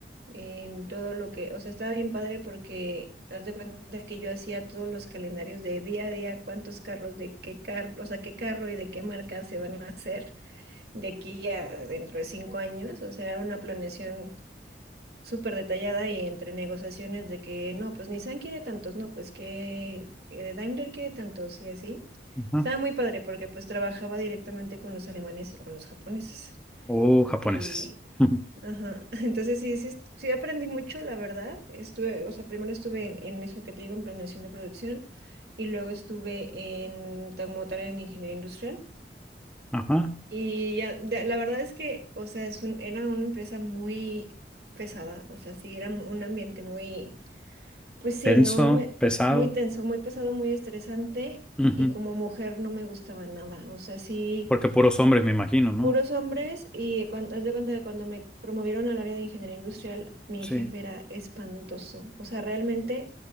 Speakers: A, on the right; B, in the centre.
A: en todo lo que, o sea, estaba bien padre porque haz de cuenta que yo hacía todos los calendarios de día a día, cuántos carros, de qué carro, o sea, qué carro y de qué marca se van a hacer de aquí a dentro de cinco años. O sea, era una planeación súper detallada y entre negociaciones de que no, pues Nissan quiere tantos, no, pues que eh, Daimler quiere tantos y así.
B: Ajá.
A: Estaba muy padre porque pues trabajaba directamente con los alemanes y con los japoneses.
B: Oh, japoneses.
A: Y,
B: <laughs>
A: ajá, <laughs> entonces sí, sí, est- sí aprendí mucho, la verdad. Estuve, o sea, primero estuve en, en eso que te digo, en planeación de producción y luego estuve en, como tal, en ingeniería industrial.
B: Ajá.
A: Y ya, de- la verdad es que, o sea, es un- era una empresa muy pesada, o sea, sí, era un ambiente muy, pues sí,
B: tenso
A: no, no me,
B: pesado.
A: muy tenso, muy pesado, muy estresante,
B: Ujú.
A: y como mujer no me gustaba nada, o sea, sí,
B: Porque puros hombres, me imagino, ¿no?
A: puros hombres, y cuando, haz de cuenta que cuando me promovieron al área de ingeniería industrial, mi
B: Sí.
A: jefe era espantoso, o sea, realmente,